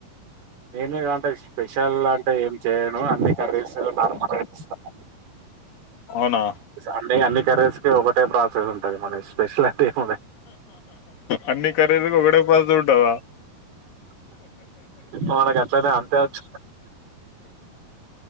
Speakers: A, on the right; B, on the left.
A: నేను కాంటే స్పెషల్ అంటే ఏం చేయను అన్ని కర్రీస్ నార్మల్ కర్రీ ఇస్తాను
B: అవునా
A: అండి అని కరీస్ కి ఒకటే ప్రాసెస్ ఉంటది మన ఎ స్పెషల్ అంటే ఏముండదు
B: అన్ని ఖరీదుకూ ఒకటే పాస్ ఉంటదా
A: మనకు అట్లనే అంతే వచ్చు